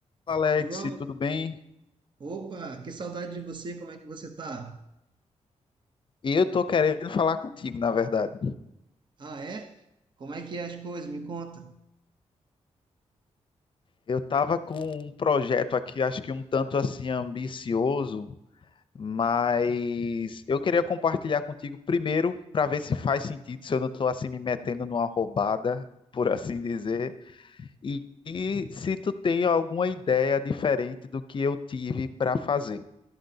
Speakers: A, on the left (about 45°); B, on the right (about 40°).
A: Alex,
B: João,
A: tudo bem?
B: opa, que saudade de você, como é que você tá?
A: Eu tô querendo falar contigo, na verdade.
B: Ah, é? Como é que é as coisas? Me conta.
A: Eu tava com um projeto aqui, acho que um tanto assim ambicioso, mas eu queria compartilhar contigo primeiro para ver se faz sentido, se eu não tô assim me metendo numa roubada, por assim dizer, e, e se tu tem alguma ideia diferente do que eu tive para fazer.